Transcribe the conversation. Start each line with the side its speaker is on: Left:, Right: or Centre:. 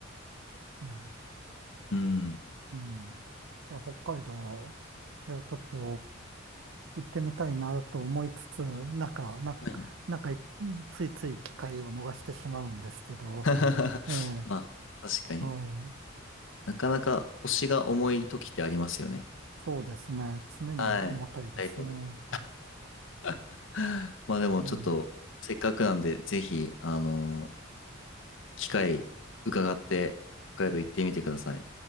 Right: うん。
Left: うん。
Right: うんいや、北海道、いや、ちょっと、行ってみたいなと思いつつ、なんか、な、
Left: はい。
Right: なんかい、ついつい機会を逃してしまうんですけど、
Left: <laughs>
Right: ええ、
Left: まあ、確かに。
Right: はい。
Left: なかなか腰が重い時ってありますよね。
Right: そうですね。常に重たいですね。
Left: はい。行きたいと思っても。<laughs> まあでもちょっと、
Right: うん。
Left: せっかくなんで、ぜひ、あのー機会伺って、北海道行ってみてください。